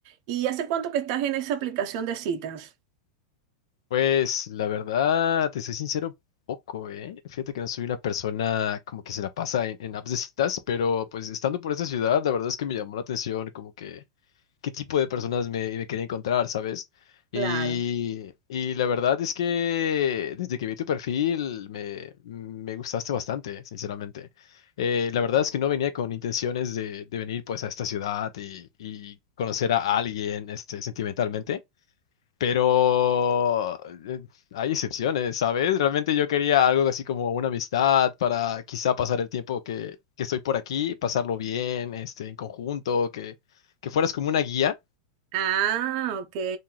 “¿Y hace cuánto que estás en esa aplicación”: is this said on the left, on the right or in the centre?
Right